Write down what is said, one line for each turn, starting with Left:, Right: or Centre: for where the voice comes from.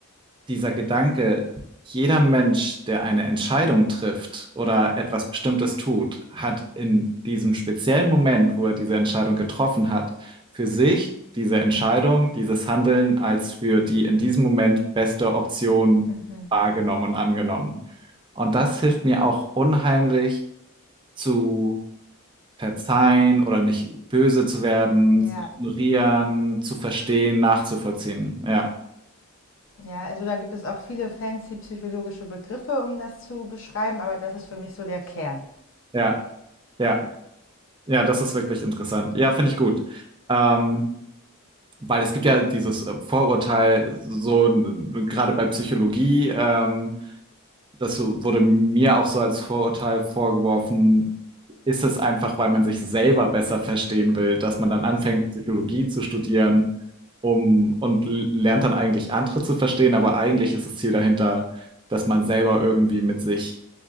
Right: dieser Gedanke, jeder Mensch, der eine Entscheidung trifft oder etwas Bestimmtes tut, hat in diesem speziellen Moment, wo er diese Entscheidung getroffen hat, für sich diese Entscheidung, dieses Handeln als für die in diesem Moment beste Option
Left: Mhm.
Right: wahrgenommen und angenommen. Und das hilft mir auch unheimlich zu verzeihen oder nicht böse zu werden,
Left: Ja.
Right: zu ignorieren, zu verstehen, nachzuvollziehen. Ja,
Left: Ja, also da gibt es auch viele fancy psychologische Begriffe, um das zu beschreiben, aber das ist für mich so der Kern.
Right: ja, ja. Ja, das ist wirklich interessant. Ja, finde ich gut. Ähm, weil es gibt ja dieses äh, Vorurteil, so n- gerade bei Psychologie, ähm, das so- wurde mir auch so als Vorurteil vorgeworfen, ist es einfach, weil man sich selber besser verstehen will, dass man dann anfängt, Psychologie zu studieren, um und l- lernt dann eigentlich andere zu verstehen, aber eigentlich ist das Ziel dahinter, dass man selber irgendwie mit sich